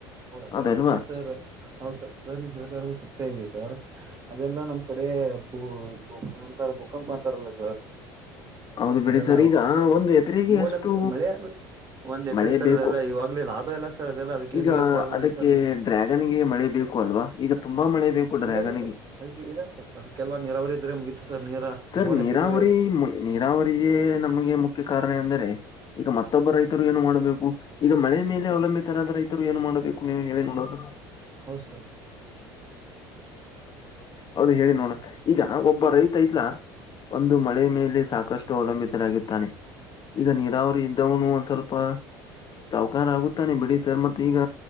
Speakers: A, on the right (about 35°); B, on the left (about 45°).
A: ಹೌದಾ ಸರ್
B: ಹೌದಲ್ವಾ
A: ಅದೇ ಸರ್ ಹೌ ಸರ್ ಸರ್ ನೀವು ಹೇಳ್ತ ಇರೋದು ಸತ್ಯಾ ಇದೆ ಸರ್ ಅದೆಲ್ಲಾ ನಮ್ ಕಡೆ ಭೂ ಭೂಂತಾರ ಭೂಕಂಪ ಅಂತಾರಲ್ಲ ಸರ್
B: ಹೌದು ಬಿಡಿ
A: ಅದೆಲ್ಲಾ
B: ಸರ್ ಈಗ ಒಂದು ಎಕರೆಗೆ
A: ಮೂವನಂಬಿಕೆ
B: ಎಷ್ಟು
A: ಮಳೆಯ ಒಂದ್ ಎಕ್ರ
B: ಮಳೆ
A: ಸರ್
B: ಬೇಕು
A: ಅದೆಲ್ಲ ಇವಾಗ್ಲಿ ಲಾಭ ಇಲ್ಲ ಸರ್ ಅದೆಲ್ಲ ಅದಕ್ಕೆ
B: ಈಗ
A: ನಿಮಗೆ ಕಾಲ್ ಮಾಡಿದ್ವಿ
B: ಅದಕ್ಕೆ
A: ಸರ್ ನಾನು
B: ಡ್ರ್ಯಾಗನ್ಗೆ ಮಳೆ ಬೇಕು ಅಲ್ವಾ ಈಗ ತುಂಬಾ ಮಳೆ ಬೇಕು ಡ್ರ್ಯಾಗನ್ಗೆ
A: ಇಲ್ಲ ಇಲ್ಲ ಸರ್ ಅದಕ್ಕೆ ಇಲ್ಲ ಸರ್ ಅದಕ್ಕೆಲ್ಲ ನೀರಾವರ ಇದ್ರೆ ಮುಗೀತು ಸರ್ ನೀರ
B: ಸರ್
A: ಬೋರ್
B: ನೀರಾವರಿ
A: ಹಾಕಿದ್ರೆ
B: ನೀರಾವರಿಯ ನಮಗೆ ಮುಖ್ಯ ಕಾರಣ ಅಂದ್ರೆ ಈಗ ಮತ್ತೊಬ್ಬ ರೈತರು ಏನು ಮಾಡಬೇಕು ಈಗ ಮಳೆ ಮೇಲೆ ಅವಲಂಬಿತರಾದ ರೈತರು ಏನು ಮಾಡಬೇಕು ನೀವು ಹೇಳಿ ನೋಡ
A: ಹೌ ಸರ್
B: ಹೌದು ಹೇಳಿ ನೋಡಣ ಈಗ ಒಬ್ಬ ರೈತ ಐತ್ಲಾ ಒಂದು ಮಳೆ ಮೇಲೆ ಸಾಕಷ್ಟು ಅವಲಂಬಿತರಾಗಿದ್ದಾನೆ ಈಗ ನೀರಾವರಿ ಇದ್ದವನು ಒಂದ ಸ್ವಲ್ಪ
A: ಅ <unintelligible>
B: ಸೌಕಾರ ಆಗುತ್ತಾನೆ ಬಿಡಿ ಸರ್ ಮತ್ತೆ ಈಗ